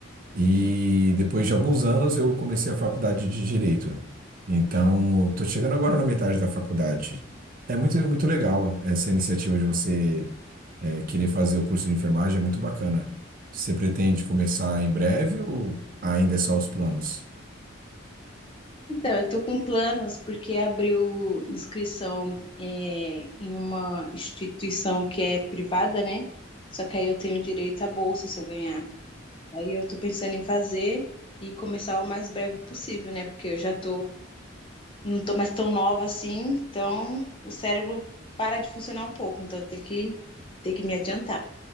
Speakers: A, on the right; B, on the left.
A: E depois de alguns anos eu comecei a faculdade de Direito. Então, estou chegando agora na metade da faculdade. É muito, muito legal essa iniciativa de você é, querer fazer o curso de enfermagem, é muito bacana. Você pretende começar em breve ou ainda é só os planos?
B: Então, eu tô com planos porque abriu inscrição é, em uma instituição que é privada, né? Só que aí eu tenho direito à bolsa se eu ganhar. Aí eu tô pensando em fazer e começar o mais breve possível, né? Porque eu já tô, não tô mais tão nova assim, então o cérebro para de funcionar um pouco, então eu tenho que, tenho que me adiantar.